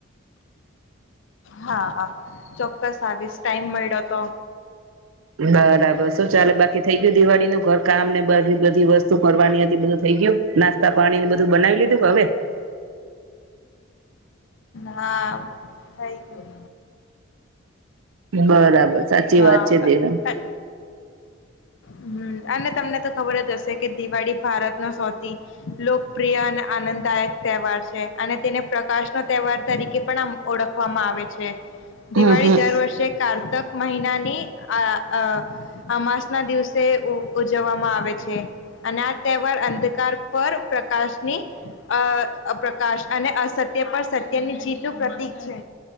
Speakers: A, on the left; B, on the right.
A: હા-હા ચોક્કસ આવીશ ટાઈમ મળ્યો તો.
B: બરાબર શું ચાલે બાકી થઈ ગયું દિવાળીનું ઘર કામને બધી-બધી વસ્તુ કરવાની હતી બધું થઈ ગયું. નાસ્તા પાણી બધું બનાવી લીધું કે હવે?
A: હા થઈ ગયું.
B: બરાબર. સાચી
A: હા
B: વાત છે દેર
A: હમ અને તમને તો ખબર જ હશે કે દિવાળી ભારતનો સૌથી લોકપ્રિય અને આનંદદાયક તહેવાર છે અને તેને પ્રકાશનો તહેવાર તરીકે પણ આમ ઓળખ વામાં આવે છે. દિવાળી
B: હમ હમ
A: દર વર્ષે કાર કારતક મહિનાની આ અ અમાસના દિવસે તે ઉજવવામાં આવે છે. અને આ તહેવાર અંધકાર પર પ્રકાશની અ પ્રકાશ અને અસત્ય પર સત્યની જીતનું પ્રતિક છે.